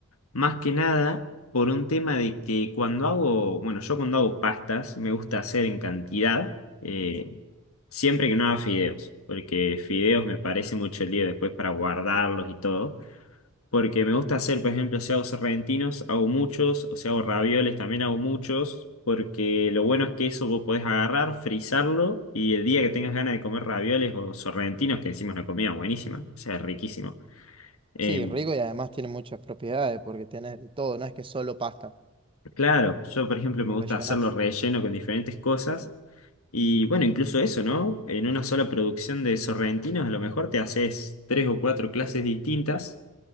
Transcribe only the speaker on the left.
Más que nada por un tema de que cuando hago, bueno, yo cuando hago pastas me gusta hacer en cantidad, eh, siempre que no haga fideos, porque fideos me parece mucho lío después para guardarlos y todo, porque me gusta hacer, por ejemplo, si hago sorrentinos, hago muchos, o si hago ravioles, también hago muchos, porque lo bueno es que eso vos podés agarrar, frizarlo y el día que tengas ganas de comer ravioles o sorrentinos, que encima es una comida buenísima, o sea, riquísimo em,
Claro, yo por ejemplo me
gusta
hacerlo relleno con diferentes cosas y bueno, incluso eso, ¿no? En una sola producción de sorrentinos a lo mejor te haces tres o cuatro clases distintas